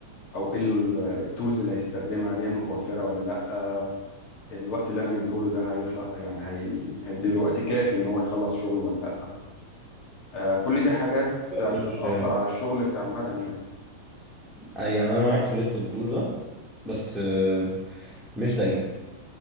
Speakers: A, on the left; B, in the centre.
A: او ايه التولز اللي هيستخدمها دي متوفرة ولا لا الوقت اللي انا مديهوله ده هيخلق يعني هي... هيديله وقت كافي ان هو يخلص شغله ولا لا آه، كل دي حاجات يعني
B: مش
A: بتأثر على الشغل كعامة يعني
B: أي يعني انا معاك في اللي انت بتقوله ده بس آه، مش دايما